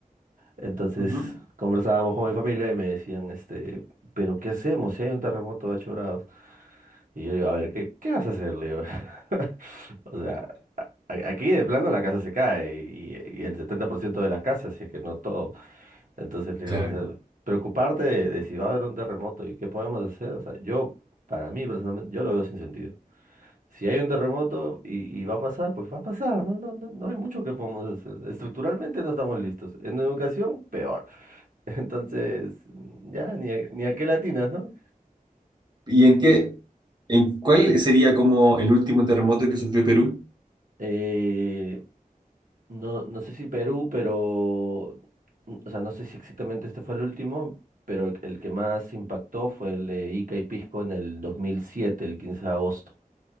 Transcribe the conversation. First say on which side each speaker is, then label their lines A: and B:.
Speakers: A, on the right (about 65°); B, on the right (about 30°).
A: Entonces
B: Ujú.
A: conversábamos con mi familia y me decían, este, pero ¿qué hacemos si hay un terremoto de 8 grados? Y yo le digo, a ver, ¿qué, qué vas a hacer? Le digo, <laughs> o sea, a- aquí de plano la casa se cae y, y el 70% de las casas, si es que no todo. Entonces le
B: Claro.
A: digo, o sea, preocuparte de, de si va a haber un terremoto y qué podemos hacer, o sea, yo, para mí personalmente, yo lo veo sin sentido. Si hay un terremoto y, y va a pasar, pues va a pasar, no, no, no, no hay mucho que podamos hacer. Estructuralmente no estamos listos. En educación, peor. <laughs> Entonces, ya, ni a, ni a qué latinas, ¿no?
B: ¿Y en qué, en cuál sería como el último terremoto que sufrió Perú?
A: Eh, no, no sé si Perú, pero, n- o sea, no sé si exactamente este fue el último, pero el, el que más impactó fue el de Ica y Pisco en el 2007, el 15 de agosto.